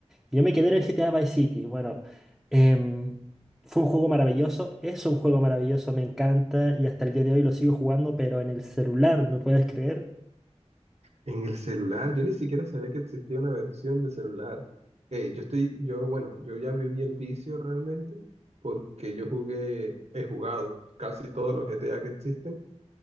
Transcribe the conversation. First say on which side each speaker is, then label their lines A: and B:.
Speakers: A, in the centre; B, on the right (about 65°).
A: Yo me quedé en el GTA Vice City. Bueno, em, fue un juego maravilloso, es un juego maravilloso, me encanta y hasta el día de hoy lo sigo jugando, pero en el celular, ¿me puedes creer?
B: En el celular, yo ni siquiera sabía que existía una versión de celular. Eh, yo estoy, yo, bueno, yo ya viví el vicio realmente porque yo jugué, he jugado casi todos los G T A que existen